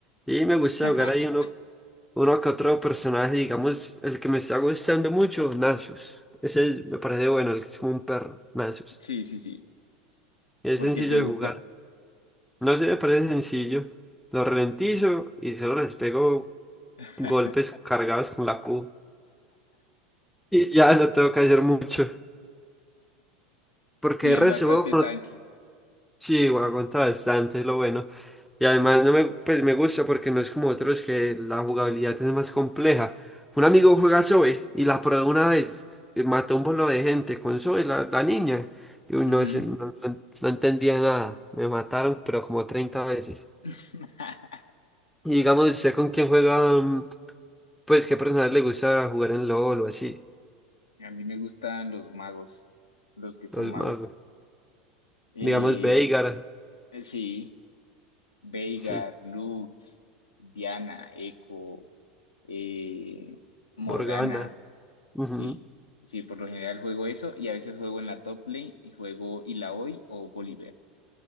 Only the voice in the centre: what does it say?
Y me gusta
jugar ahí uno, uno que otro personaje, digamos, el que me está gustando mucho, Nasus. Ese me parece bueno, el que es como un perro, Nasus.
Es
sencillo
de
jugar. No sé, me parece sencillo. Lo ralentizo y solo les pego
golpes cargados con la Q. Y ya no tengo que hacer mucho. Porque
el
resto
juego con...
Sí, aguanta bastante, es lo bueno. Y además no me, pues me gusta porque no es como otros que la jugabilidad es más compleja. Un amigo juega Zoe y la probó una vez. y mató un bolo de gente con Zoe, la, la niña. Y uy,
no, sé no, no- no entendía nada. Me mataron, pero como 30 veces.
Y digamos, ¿usted con quién juega? mm, Pues, ¿qué personas le gusta jugar en LOL o así?
Los
más,
digamos, Veigar,
sí,
Morgana. ujú.